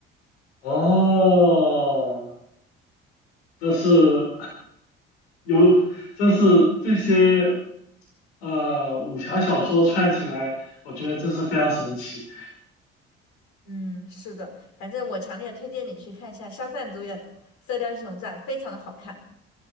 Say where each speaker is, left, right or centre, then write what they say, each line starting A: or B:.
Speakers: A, on the left; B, on the left.
A: 哦，这是。有，真是这些呃武侠小说串起来，我觉得真是非常神奇。
B: 嗯，是的，反正我强烈推荐你去看一下肖战主演《射雕英雄传》，非常的好看。